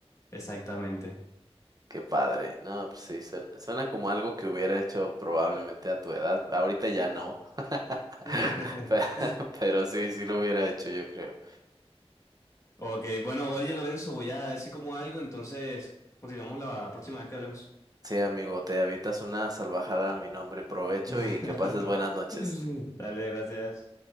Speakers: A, on the left (about 30°); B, on the right (about 35°).
A: Exactamente.
B: Qué padre. No, pues sí, suena, suena como algo que hubiera hecho probablemente a tu edad. Ahorita ya no.
A: <laughs>
B: <laughs> Pe- Pero sí, sí lo hubiera hecho, yo creo.
A: Ok, bueno, oye Lorenzo, voy a ver si como algo, entonces continuamos la próxima vez que hablemos.
B: Sí, amigo, te avientas una salvajada a mi nombre. Provecho
A: <laughs>
B: y que pases buenas noches.
A: Dale, gracias.